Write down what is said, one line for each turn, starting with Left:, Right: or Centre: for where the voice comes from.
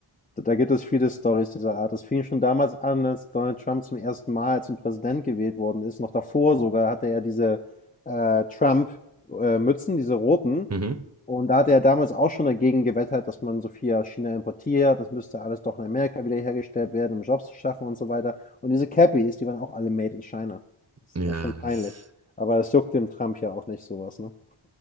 Left: Da gibt es viele Storys dieser Art. Das fing schon damals an, als Donald Trump zum ersten Mal zum Präsident gewählt worden ist. Noch davor sogar hatte er diese, äh, Trump, äh, Mützen, diese roten.
Right: Mhm.
Left: Und da hatte er damals auch schon dagegen gewettert, dass man so viel aus China importiert. Das müsste alles doch in Amerika wieder hergestellt werden, um Jobs zu schaffen und so weiter. Und diese Cappies, die waren auch alle made in China. Das
Right: Ja,
Left: ist echt schon peinlich.
Right: das,
Left: Aber das juckt dem Trump ja auch nicht so was, ne?